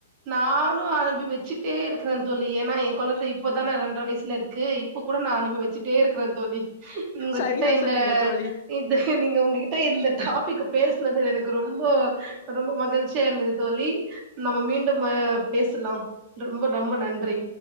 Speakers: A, on the right; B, on the left.
A: நானு அலம்பி வச்சிக் கிட்டே இருக்கிறே தோழி ஏன்னா என் கொழந்த இப்போதான ரெண்ர வயசுல இருக்கு இப்போ கூட நா அனுபிவிச்சுட்டே இருக்கற தோழி உங்ககிட்ட
B: சரியா
A: இந்த
B: சொன்னீங்க தோழி
A: இது நீங்க உங்ககிட்ட இந்த டாபிக்க பேசுனது எனக்கு ரொம்போ ரொம்ப மகிழ்ச்சியா இருந்தது தோழி நம்ம மீண்டும் அ பேசுலாம் ரொம்ப ரொம்ப நன்றி